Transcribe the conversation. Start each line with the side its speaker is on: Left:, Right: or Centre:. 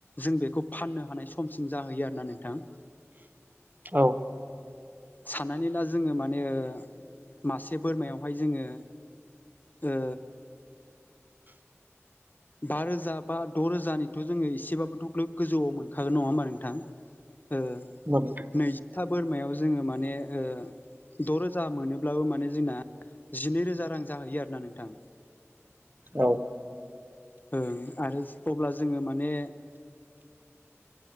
Left: जों बेखौ। फाननो हानाय समसिम जाहैयो आरोना नोंथां।
Right: औ।
Left: साननानै ला जोङो माने मासे बोरमायावहाय जोङो ओ बा रोजा बा द' रोजानिथ' जोङो एसेबाबोथ' गोजौआव मोनखागोन नङा होमबा नोंथां। ओ
Right: <unintelligible>
Left: नैजिथा बोरमायाव जोङो माने ओ द' रोजा मोनोब्लाबो माने जोंना जिनै रोजा रां जाहैयो आरो ना नोंथां।
Right: औ
Left: ओ आरो अब्ला जोङो माने